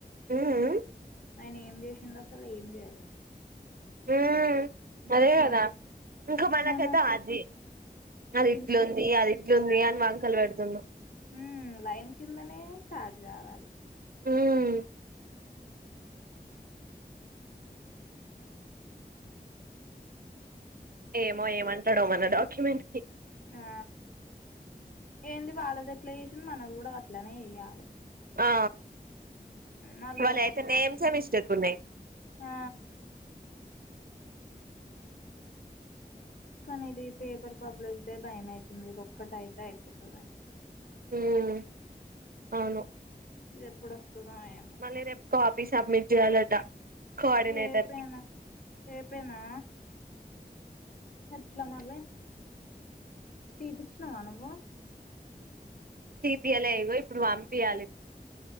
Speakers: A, on the right (about 65°); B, on the left (about 60°).
A: ఆ మ్మ్
B: ఆయన ఏం చేసిండు అసలు ఏం చేయలే
A: ఉమ్ అదే
B: మొన్న
A: కదా ఇంకా మనకైతే
B: మొన్న
A: అది అది
B: ఈ
A: ఇట్లు ఉంది అదిట్లుంది అని వాంకలు పెడుతుండు
B: ఉమ్ లైన్ కిందనే స్టార్ట్ కావాలి
A: ఉమ్ ఏమో
B: ఉమ్,
A: ఏమంటాడో మన డాక్యుమెంట్ కి
B: ఆ ఏంది వాళ్ళది ఎట్లా చేసి మనది కూడా అట్లనే చేయ్యాలి
A: ఆ
B: మళ్ళ
A: వాలిఅయితే నేమ్స్ మిస్టేక్ ఉన్నాయ్
B: ఆ కానీ ఇది పేపర్ పబ్లిష్ దే భయం అయితుంది ఇది ఒక్కటయితే అయిపోతది
A: హమ్ అవును
B: ఇది ఎప్పుడు వస్తుందో ఏమో
A: మళ్ళీ రేపు కాపీ సబ్మిట్ చేయాలట కోఆర్డినేటర్
B: రేపేనా
A: కి
B: రేపేనా ఎట్లమాలె తీపించినవా నువ్వు
A: తీపియాలగో ఇప్పుడు పంపియాలి